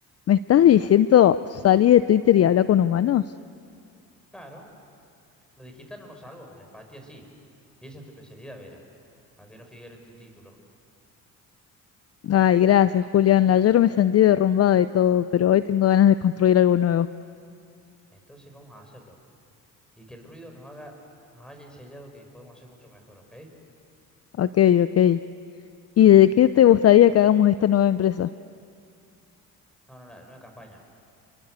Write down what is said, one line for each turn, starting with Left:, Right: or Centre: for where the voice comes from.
Left: me estás diciendo, salí de Twitter y habla con humanos?
Centre: Claro, lo digital no nos salvó, la empatía sí. Y esa es tu especialidad, Vera, a que no figure en tu título.
Left: Ay, gracias, Julián. Ayer me sentí derrumbada y todo, pero hoy tengo ganas de construir algo nuevo.
Centre: Entonces vamos a hacerlo. Y que el ruido nos haga, nos haya enseñado que podemos hacer mucho mejor, ¿ok?
Left: Ok, ok. ¿Y de qué te gustaría que hagamos esta nueva empresa?
Centre: No, no, no, en una campaña.